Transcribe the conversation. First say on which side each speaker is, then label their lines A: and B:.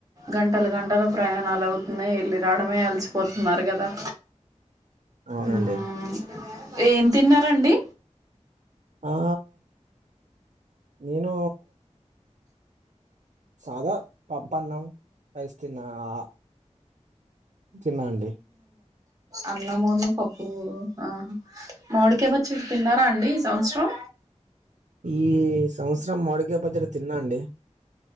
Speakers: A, on the right (about 30°); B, on the right (about 80°).
A: గంటలు గంటలు ప్రయాణాలు అవుతున్నాయి. వెళ్ళి రావడమే అలసిపోతున్నారు కదా.
B: అవునండి.
A: ఉమ్ ఏం తిన్నారండి.
B: ఆ నేను. సాదా పప్పాన్నం రైస్ తిన్న. ఆ తిన్నా అండి.
A: అన్నమూన్ను పప్పు. ఆ మామిడికాయ పచ్చడి తిన్నారా అండి. ఈ సంవత్సరం.
B: ఈ సంవత్సరం మామిడికాయ పచ్చడి తిన్నా అండి.